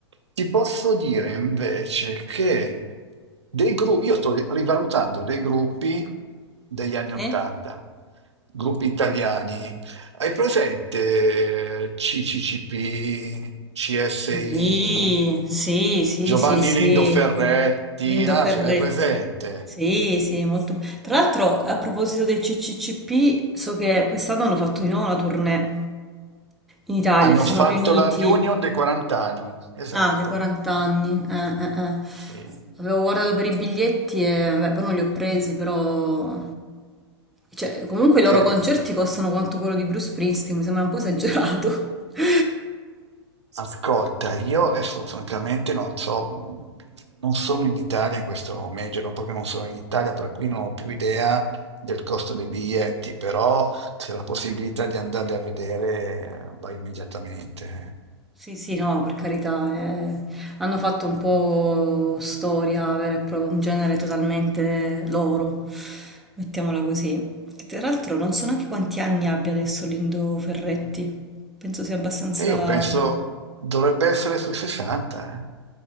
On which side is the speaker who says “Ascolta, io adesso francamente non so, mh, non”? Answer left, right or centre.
Right